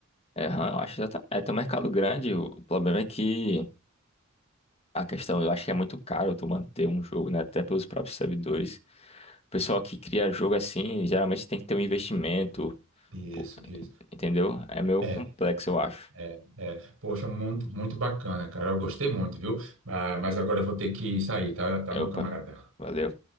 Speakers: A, on the left; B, on the right.
A: É, eu acho que já tá, é, tem um mercado grande. O, o problema é que a questão, eu acho que é muito caro tu manter um jogo, né? Até pelos próprios servidores. O pessoal que cria jogo assim, geralmente tem que ter um investimento,
B: Isso,
A: pô,
B: isso.
A: entendeu? É meio
B: É,
A: complexo, eu acho.
B: é, é. Poxa, muito, muito bacana, cara. Eu gostei muito, viu? Ah, mas agora eu vou ter que sair, tá, tá, meu
A: Opa,
B: camarada?
A: valeu.